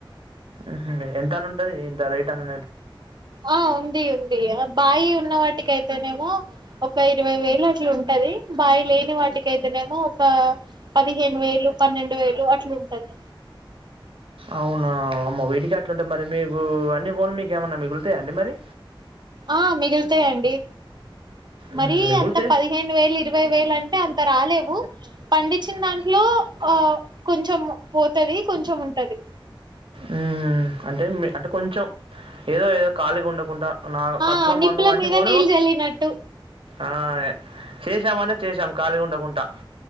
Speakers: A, on the right (about 85°); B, on the right (about 55°).
A: ఉహుమ్ ఎంత అని ఉంటది ఇంత రేట్ అనీ
B: ఆ ఉంది ఉంది బాయి ఉన్న వాటికి అయితేనేమో ఒక ఇరవై వేలు అట్లా ఉంటది బావి లేని వాటికి అయితేనేమో ఒక పదిహేను వేలు పన్నెండు వేలు అట్లుంటది
A: అవునా అమ్మో విడి కాట్లుంటా మరి మీకు అన్ని పోను మీకేమన్నా మిగులుతాయా అండి మరి
B: హా మిగిలితాయండి మరి
A: హ్మ్. మిగులుతే
B: అంత పదిహేను వేలు ఇరవై వేలు అంటే అంత రాలేవు పండించిన
A: బట్
B: దాంట్లో
A: వచ్చిన దానికి
B: ఆ కొంచెం పోతది కొంచెం ఉంటది
A: ఉమ్ అంటే అంటే కొంచెం ఏదో ఏదో ఖాళీగా ఉండకుండా నా
B: ఆ
A: ఖర్చులు
B: నిప్పుల
A: మందు అన్ని
B: మీద
A: పోను
B: నీళ్ళు చల్లినట్టు
A: ఆ చేశామంటే చేశాం ఖాళీగా ఉండకుండా